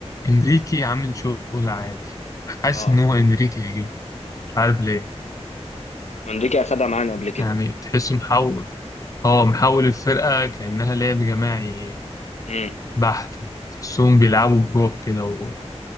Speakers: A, on the left (about 30°); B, on the left (about 80°).
A: إنريكي عامل شغل عادي حاسس
B: اه
A: إن هو إنريكي هيجيبه مش عارف ليه
B: انريكي اخدها معانا قبل كده
A: يعني تحسه محول اه محول الفرقة كأنها لعب جماعي
B: امم
A: بحت تحسهم بيلعبوا بروك كده و-